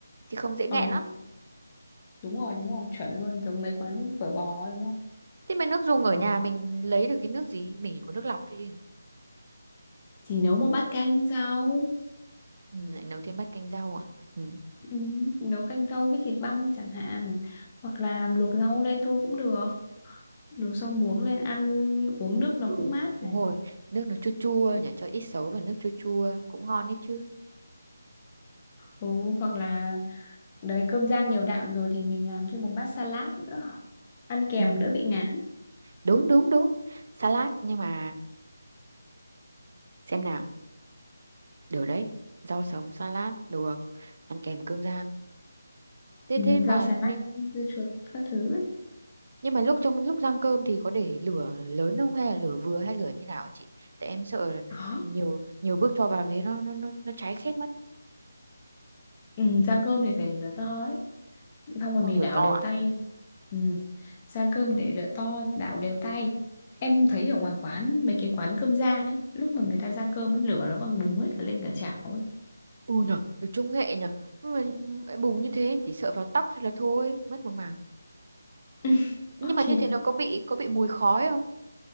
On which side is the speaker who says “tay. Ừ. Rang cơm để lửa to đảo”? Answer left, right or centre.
Left